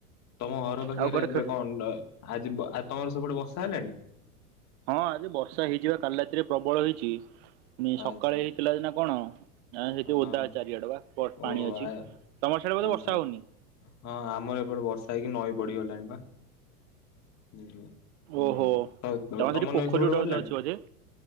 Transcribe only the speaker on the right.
ଆଉ କୁଆଡେ
ଖେ
ହଁ ଆଜି ବର୍ଷା ହେଇଯିବା କାଲି ରାତିରେ ପ୍ରବଳ ହେଇଚି। ସକାଳେ
ହେଇଥିଲା ଦନା କଣ? ନା ସେଠି
ଓଦା ଚାରିଆଡେ ବା
ପାଣି ଅଛି
ତମର ସଇଡ ବୋଧେ
ବର୍ଷା ହଉନି?
ଓହୋ
ତାମର
ସେଠି
ପୋଖରୀ
ଗଟା
ତ ଅଛି ଅଝେ।